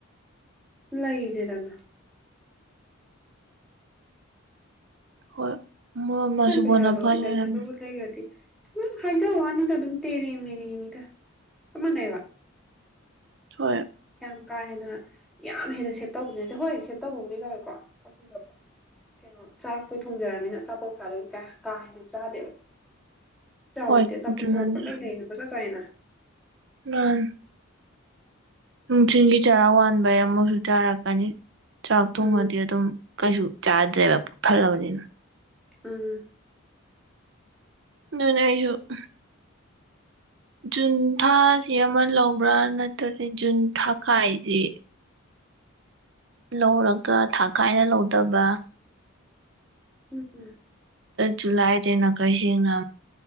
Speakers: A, in the centre; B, on the right.
A: ꯂꯩꯗꯦꯗꯅ
B: ꯍꯣꯏ ꯃꯥꯁꯨ
A: ꯀ ꯄꯩꯁꯥꯗꯣ
B: ꯕꯣꯅꯥꯐꯥꯏ
A: ꯏꯟꯗꯁꯁꯕꯨꯁ
B: ꯑꯣꯏꯔꯝꯅꯤ
A: ꯂꯩꯒꯗꯤ ꯝ ꯍꯥꯏꯖ ꯋꯥꯅꯤꯗ ꯑꯗꯨꯝ ꯇꯦꯔꯦ ꯃꯦꯔꯦꯅꯤꯗ ꯆꯞ ꯃꯥꯟꯅꯩꯕ
B: ꯍꯣꯏ
A: ꯌꯥꯝ ꯀꯥ ꯍꯦꯟꯅ ꯌꯥꯝ ꯍꯦꯟꯅ ꯁꯦꯞ ꯇꯧꯕꯅꯦꯠꯇꯦ ꯍꯣꯏ ꯁꯦꯞ ꯇꯧꯕꯕꯨꯗꯤ ꯇꯧꯋꯦꯀꯣ ꯆꯥꯛ ꯊꯣꯡꯖꯕ ꯀꯩꯅꯣ ꯆꯥꯛ ꯄꯣꯏ ꯊꯣꯡꯖꯔꯕꯅꯤꯅ ꯆꯆꯥꯄꯣꯛ ꯆꯥꯗ ꯀꯥ ꯍꯦꯟꯅ ꯆꯥꯗꯦꯕ ꯆꯥꯗꯗꯤ
B: ꯍꯣꯏ
A: ꯆ
B: ꯑꯗꯨꯅꯅꯤ
A: ꯄꯨꯊꯣꯛꯑꯄ ꯂꯩ ꯂꯩꯅ ꯀꯖ ꯆꯥꯏꯅ
B: ꯑ ꯅꯨꯡꯊꯤꯟꯜꯒꯤ ꯆꯔꯥ ꯋꯥꯕꯩ ꯑꯃꯁꯨꯛꯨ ꯆꯥꯔꯛꯀꯅꯤ ꯆꯥꯛ ꯊꯣꯡꯉꯗꯤ
A: ꯎꯝ
B: ꯑꯗꯨꯝ ꯀꯩꯁꯨ ꯆꯥꯗ꯭ꯔꯦꯕ ꯈꯜꯂꯕꯅꯤꯅ
A: ꯑꯝ
B: ꯅꯅꯦ ꯍꯥꯏꯁꯨꯁꯨ ꯖꯨꯟ ꯊꯥꯁꯤ ꯑꯃ ꯂꯧꯕ꯭ꯔꯥ ꯅꯠꯇ꯭ꯔꯗꯤ ꯖꯨꯟ ꯊꯥ ꯀꯥꯏꯁꯤ ꯂꯧꯔꯒ ꯊꯥ ꯀꯥꯏꯅ ꯂꯧꯗꯕ
A: ꯎꯝ
B: ꯁꯨꯂꯥꯏꯗꯦ ꯅꯥꯈꯩꯁꯤꯡꯅ